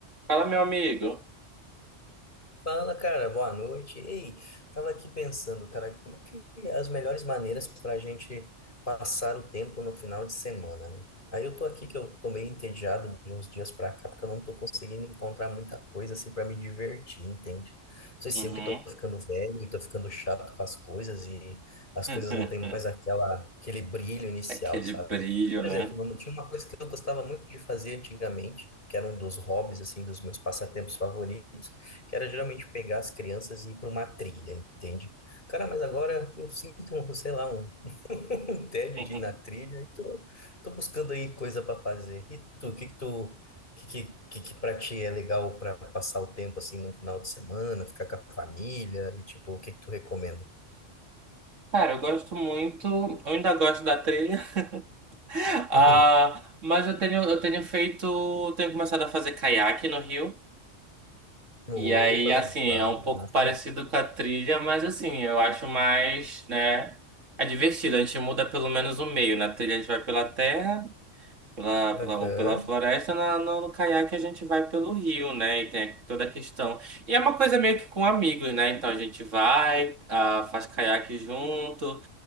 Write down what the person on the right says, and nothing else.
Fala, meu amigo.
Uhum.
<laughs>
Aquele
brilho,
né?
<laughs>
Cara, eu gosto muito, eu ainda gosto da trilha, <laughs> ah,
mas eu tenho, eu tenho feito, eu tenho começado a fazer caiaque no rio,
e aí,
assim, é um pouco
parecido com a trilha, mas assim, eu acho mais, né, é divertido, a gente muda pelo menos o meio, na trilha a gente vai pela terra, Pela, pela,
ou pela floresta, na, no, no caiaque a gente vai pelo rio, né? E tem toda a questão. E é uma coisa meio que com amigos, né? Então a gente vai, ah, faz caiaque junto,